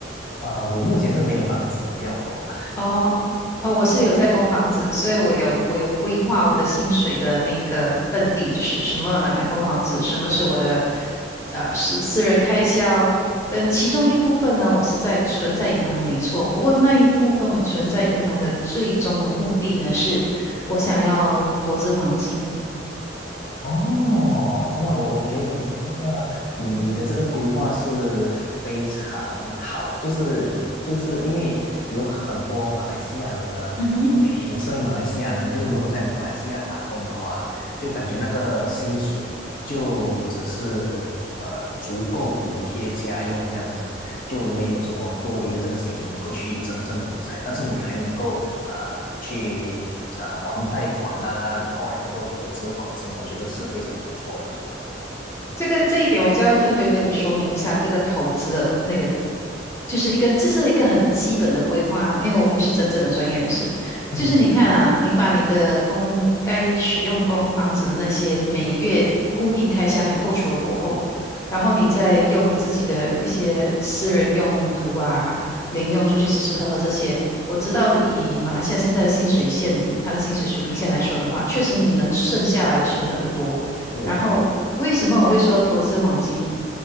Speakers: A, on the left; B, on the left.
A: 呃，我目前是没有房子要供了，
B: 哦哦，我是有在供房子，所以我有我有规划我的薪水的那个份例，就是什么拿来供房子，什么是我的啊私私人开销，跟其中一部分呢，我是在存在银行没错，不过那一部分我存在银行的最终的目的呢，是我想要投资黄金。
A: 哦，哇，我我觉得你的这个，你你的这个规划是非常好，就是就是因为有很多马来西亚人呢，
B: 嗯哼。
A: 因为身为马来西亚人，就是如果在马来西亚打工的话，就感觉那个薪水就只是呃足够补贴家用这样子，就没有什么多余的这个薪水能够去真正的理财，但是你还能够呃去呃还贷款啊，然后还能够投资黄金啊，我觉得是非常不错的。
B: 这个这一点我就要特别跟你说明一下，这个投资的那个就是一个，这是一个很基本的规划啦，因为我不是真正的专业人士。
A: 嗯，
B: 就是你看啊，你把你的公该使用公房子的那些每月固定开销你扣除了过后，然后你再用自己的一些私人用途啊、零用出去吃吃喝喝这些。我知道以马来西亚现在的薪水线，它的薪水水平线来说的话，确实你能剩下来存的不多。
A: 是的，
B: 然后为什么我会说投资黄金？